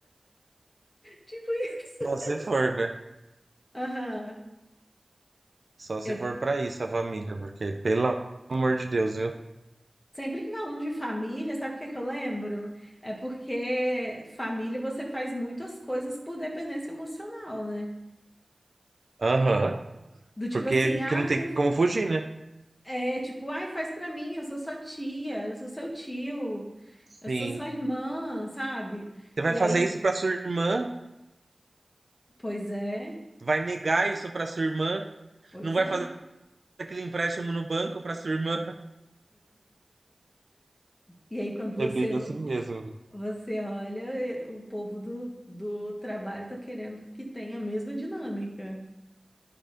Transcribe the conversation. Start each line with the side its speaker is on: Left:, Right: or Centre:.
Left: Tipo isso.
Right: Só se for, né?
Left: Aham.
Right: Só se
Left: Eu
Right: for pra isso a família, porque pelo amor de Deus, viu?
Left: sempre que falo de família, sabe o que é que eu lembro? É porque família você faz muitas coisas por dependência emocional, né?
Right: Aham.
Left: Do tipo
Right: Porque
Left: assim, ai,
Right: que não tem como fugir, né?
Left: É tipo, ai, faz pra mim, eu sou sua tia, eu sou seu tio,
Right: Sim.
Left: eu sou sua irmã, sabe?
Right: Você vai
Left: E
Right: fazer
Left: aí,
Right: isso pra sua irmã?
Left: pois é,
Right: Vai negar isso pra sua irmã?
Left: pois
Right: Não vai
Left: é.
Right: fazer aquele empréstimo no banco pra sua irmã?
Left: E aí, quando você
Right: É bem assim mesmo.
Left: você olha, eh, o povo do, do trabalho tá querendo que tenha a mesma dinâmica.